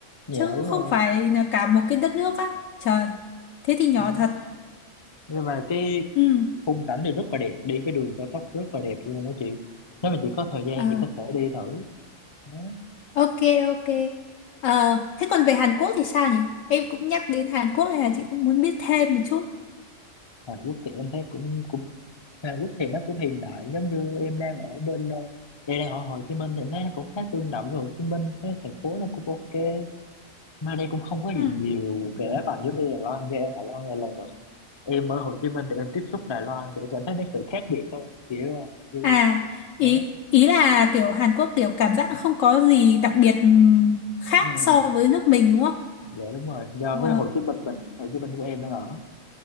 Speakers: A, on the left; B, on the left.
A: dạ
B: Chứ cũng
A: đúng
B: không
A: rồi
B: phải là cả một cái đất nước á. Trời, thế thì nhỏ
A: đó.
B: thật.
A: nhưng mà cái
B: Ừ.
A: khung cảnh thì rất là đẹp đi cái đường cao tốc rất là đẹp luôn á chị nếu mà chị có thời gian
B: Ờ,
A: chị có thể đi thử đó.
B: ok, ok. Ờ, thế còn về Hàn Quốc thì sao nhỉ? Em cũng nhắc đến Hàn Quốc này là chị cũng muốn biết thêm một chút.
A: Hàn Quốc thì em thấy cũng cũng Hàn Quốc thì nó cũng hiện đại giống như em đang ở bên ờ, em đang ở Hồ Chí Minh thì em thấy nó cũng khá tương đồng với Hồ Chí Minh cái thành phố nó cũng ok mà đây cũng không có gì
B: Ừ.
A: nhiều kể bằng giống như Đài Loan kia em Đài Loan là lần đầu em ở Hồ Chí Minh thì em tiếp xúc Đài Loan thì em cảm thấy nó sự khác biệt hơn kiểu ờ, như
B: À, ý
A: đó
B: ý là kiểu Hàn Quốc kiểu cảm giác không có gì đặc biệt ừm, khác
A: ừ,
B: so
A: dạ,
B: với nước mình đúng không?
A: dạ đúng rồi giờ
B: Ờ,
A: với Hồ Chí Minh mình Hồ Chí Minh của em đang ở